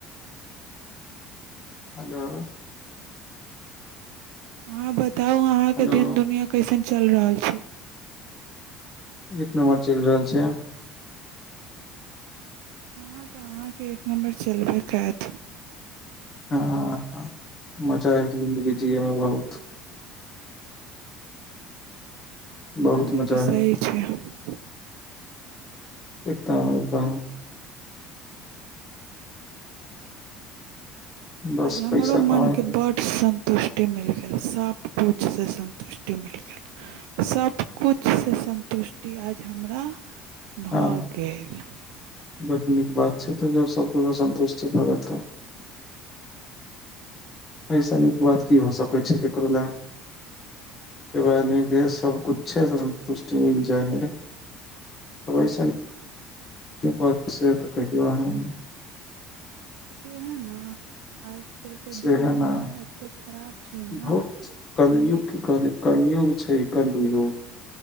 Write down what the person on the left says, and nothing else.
हेलो
हेलो
एक नम्बर चलि रहल छै
हँ मजा है जिन्दगी जियैमे बहुत बहुत
मजा
है
एकदम एकदम बस
पैसा कमाय
के
हँ
बड नीक बात छै तऽ ज सबकुछ सन्तुष्टि भऽ गेल तऽ ऐ सँ नीक बात की हो सकै छै ककरो लए एगो आदमी के सबकुछे से सन्तुष्टि मिल जाइ है ऐसन एक बात से तऽ कहियौ अहि
से
है
न
बहुत
कलयुग की कहल कलयुग छै कलयुग